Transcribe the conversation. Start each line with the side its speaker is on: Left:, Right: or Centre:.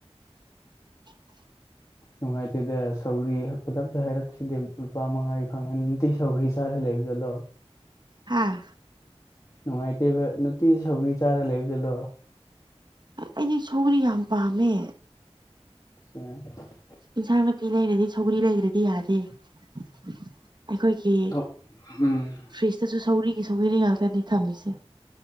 Right: <inaudible>
Left: ꯅꯨꯡꯉꯥꯏꯇꯦꯗ ꯁꯧꯒ꯭ꯔꯤ ꯈꯨꯗꯛꯇ ꯍꯥꯏꯔꯛꯄꯁꯤꯗꯤ ꯂꯨꯄꯥ ꯃꯉꯥꯒꯤ ꯐꯪꯍꯟꯅꯨꯡꯇꯤ ꯁꯧꯔꯤ ꯆꯥꯔ ꯂꯩꯕꯖꯠꯂꯣ
Right: ꯍꯥꯥ
Left: ꯅꯨꯡꯉꯥꯏꯇꯦꯕ ꯅꯨꯡꯇꯤ ꯁꯧꯒ꯭ꯔꯤ ꯆꯥꯔ ꯂꯩꯕꯖꯥꯠꯂꯣ
Right: ꯑꯩꯗꯤ ꯁꯧꯒꯔꯤ ꯌꯥꯝ ꯄꯥꯝꯃꯦ
Left: ꯑ
Right: ꯏꯟꯁꯥꯡ ꯅꯥꯄꯤ ꯂꯩꯔꯗꯤ ꯁꯧꯒ꯭ꯔꯤ ꯂꯩꯗ꯭ꯔꯗꯤ ꯌꯥꯗꯦ ꯑꯩꯈꯣꯏꯒꯤ
Left: ꯑꯗꯣ ꯎꯝ
Right: ꯐ꯭ꯔꯤꯖꯇꯁꯨ ꯁꯧꯒ꯭ꯔꯤꯒꯤ ꯁꯧꯒ꯭ꯔꯤ ꯉꯥꯛꯇꯅꯦ ꯊꯝꯃꯤꯁꯦ